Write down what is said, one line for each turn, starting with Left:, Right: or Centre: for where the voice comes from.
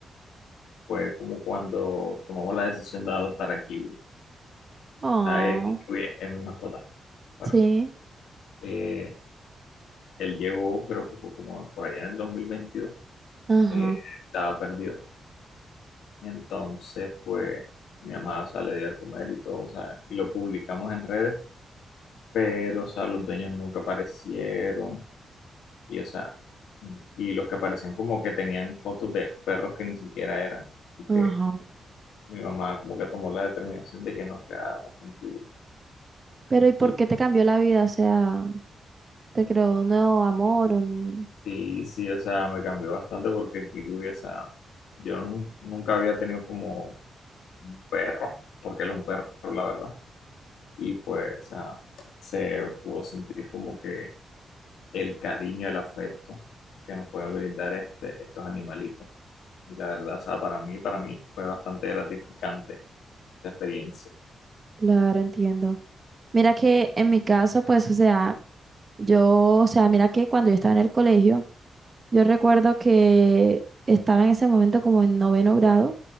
Left: fue como cuando tomamos la decisión de adoptar a Kiwi,
Right: Oh,
Left: ¿sabes? Que Kiwi es, es mi mascota. Bueno,
Right: sí,
Left: eh, él llegó, creo que fue como por allá en el 2022,
Right: ajá.
Left: eh, estaba perdido. Y entonces, pues, mi mamá, o sea, le dio de comer y todo, o sea, y lo publicamos en redes, pero, o sea, los dueños nunca aparecieron, Y, o sea, y los que aparecían como que tenían fotos de perros que ni siquiera eran. Así
Right: Ajá.
Left: que mi mamá como que tomó la determinación de que nos quedábamos con Kiwi.
Right: Pero ¿y por
Left: Y
Right: qué te cambió la vida? O sea, te creó un nuevo amor, un...
Left: sí, sí, o sea, me cambió bastante porque Kiwi, o sea, yo nun- nunca había tenido como un perro, porque él es un perro, la verdad. Y pues, o sea, se pudo sentir como que el cariño, el afecto que nos puede brindar este, estos animalitos. Y la verdad, o sea, para mí, para mí fue bastante gratificante esta experiencia.
Right: Claro, entiendo. Mira que en mi caso, pues, o sea, yo, o sea, mira que cuando yo estaba en el colegio, Yo recuerdo que estaba en ese momento como en noveno grado